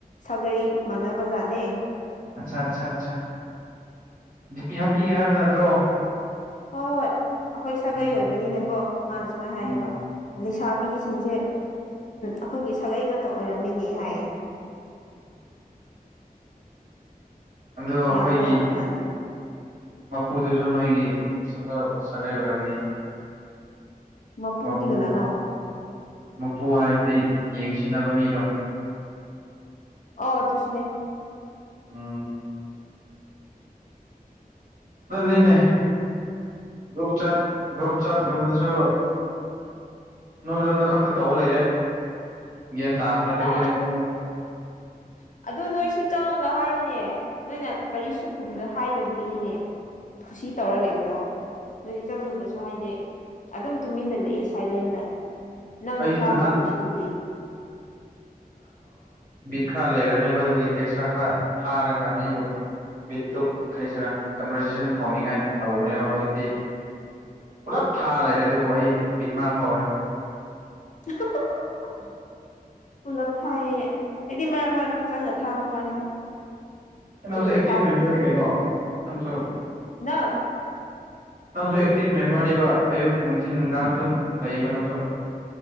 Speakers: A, on the left (about 55°); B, on the right (about 55°).
A: ꯁꯥꯒꯩ ꯃꯥꯟꯅꯕ ꯖꯥꯠꯅꯦ
B: ꯑꯠꯁꯥ ꯁꯥ ꯁꯥ ꯗꯤꯄꯤ ꯍꯥꯞꯄꯤꯒꯦ ꯍꯥꯏꯕ ꯅꯠꯇ꯭ꯔꯣ
A: ꯍꯣꯏ ꯍꯣꯏ ꯑꯈꯣꯏ ꯁꯥꯒꯩ
B: ꯎꯝ
A: ꯑꯣꯏꯕꯅꯤꯅꯀꯣ ꯃꯥꯅ ꯁꯨꯃꯥꯏ
B: ꯎꯝ
A: ꯍꯥꯏꯌꯦꯕ ꯁꯥꯕꯤꯁꯤꯡꯁꯦ ꯑꯈꯣꯏꯒꯤ ꯁꯥꯂꯏ ꯉ ꯇ ꯑꯣꯏꯔꯝꯃꯦꯅꯦ ꯍꯥꯏꯌꯦ
B: ꯑꯗꯣ ꯑꯩꯈꯣꯏꯒꯤ
A: ꯌꯥꯝꯗꯤ ꯌꯥꯝꯕꯖꯥꯠꯅꯤ
B: ꯃꯄꯨꯗꯨꯁꯨ ꯅꯣꯏꯒꯤ ꯁꯥꯒ ꯁꯥꯒꯩ ꯑꯣꯏꯔꯝꯃꯅꯤꯅꯦ
A: ꯃꯄꯨꯗꯤ
B: ꯃꯄꯨ
A: ꯀꯅꯥꯅꯣ
B: ꯃꯄꯨ ꯍꯥꯏꯕꯗꯤ ꯌꯦꯡꯁꯤꯟꯅꯕ ꯃꯤꯗꯣ
A: ꯑꯣ ꯑꯗꯨꯁꯨꯅꯦ
B: ꯎꯝ ꯑꯗꯨꯅꯤꯅꯦ ꯒ꯭ꯔꯨꯞ ꯆꯥꯠ ꯒ꯭ꯔꯨꯞ ꯆꯥꯠ ꯒꯨꯝꯕꯗꯁꯨ ꯅꯣꯏ ꯂꯣꯟꯗ ꯈꯛꯇ ꯇꯧ ꯂꯩꯔꯦ ꯒ꯭ꯌꯥꯟ ꯇꯥꯕ ꯅꯠꯇꯦ
A: ꯑ
B: ꯑꯈꯣꯏꯗꯤ ꯃꯔꯛ
A: <inaudible> ꯑꯗꯨ ꯅꯣꯏꯁꯨ ꯆꯪꯉꯒ ꯍꯥꯏꯌꯨꯅꯦ ꯅꯣꯏꯅ ꯀꯔꯤꯁꯨ ꯈꯨꯝꯗ ꯍꯥꯏꯗꯕꯒꯤꯅꯤꯅꯦ ꯈꯨꯁꯤ ꯇꯧꯔ ꯂꯩꯕꯗꯣ ꯅꯣꯏꯗꯤ ꯆꯪꯉꯒꯁꯨ ꯍꯥꯏꯗꯦ ꯑꯗꯨꯝ ꯇꯨꯃꯤꯟꯅ ꯂꯩꯌꯦ ꯁꯥꯏꯂꯦꯟꯗ ꯅꯪ
B: ꯑꯩꯗꯤ
A: ꯊꯥꯕ
B: ꯅꯍꯥꯟ
A: ꯎꯁꯨ ꯎꯗꯦ ꯑꯩꯗꯤ
B: ꯈ ꯂꯩꯔꯝꯃꯦ ꯃꯗꯨꯒꯤ ꯇꯦꯛꯁ ꯀ ꯈꯔ ꯊꯥꯔꯒ ꯃꯤꯕꯨ ꯕꯤꯠ ꯇꯨ ꯀ꯭ꯔꯤꯁꯤꯔꯥ ꯀꯟꯚꯔꯖꯦꯁꯟ ꯍꯥꯎꯅꯤꯡꯉꯥꯏ ꯇꯧꯕꯅꯦꯕꯥ ꯍꯧꯖꯤꯛꯇꯤ ꯄꯨꯂꯞ ꯊꯥ ꯂꯩꯔꯦ ꯑꯗꯨꯕꯨ ꯑꯩ ꯕꯤꯠ ꯃꯥꯡꯕ ꯍꯧꯔꯦ
A: ꯑꯍꯥ ꯍꯥ ꯍꯥ ꯄꯨꯂꯞ ꯊꯥꯏꯌꯦ ꯑꯩꯗꯤ ꯃꯔꯛ ꯃꯔꯛꯇ ꯆꯪꯉꯒ ꯊꯥꯕ ꯋꯥꯅꯤꯗ ꯀꯨꯏꯅ
B: ꯅꯪꯖꯨ ꯑꯦꯛꯇꯤꯚ
A: ꯊꯥꯕ
B: ꯃꯦꯝꯕꯔꯅꯤ
A: ꯇꯜꯂꯦ
B: ꯀꯩꯅꯣ ꯅꯪꯁꯨ
A: ꯅꯪ
B: ꯅꯪꯁꯨ ꯑꯦꯛ ꯇꯤꯐ ꯃꯦꯝꯕꯔꯅꯦꯕꯥ ꯑꯌꯨꯛ ꯅꯨꯡꯊꯤꯟ ꯅꯨꯡꯗꯥꯡꯗ ꯑꯗꯨꯝ ꯂꯩꯌꯦꯕ ꯅꯪꯁꯨ